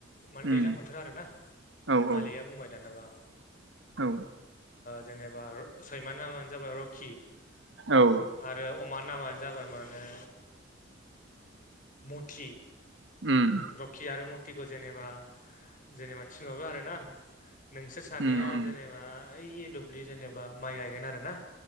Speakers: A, on the left; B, on the right.
A: मानो
B: उम
A: दैज्लां बोथोरा आरोना
B: औ औ
A: मालिका बुंबाय दानाबा
B: औ
A: जेनेबा सैमा नामानो जाबाय रकि
B: औ
A: आरो अमा नामानो जाबाय माने मथि
B: उम
A: रकि आरो मतिखौ जेनेबा जेनेबा थिनहरो आरो ना नोंसोर सानैया
B: उम उम
A: जेनेबा ओइ दुब्लि जेनेबा माइ गायगोन आरो ना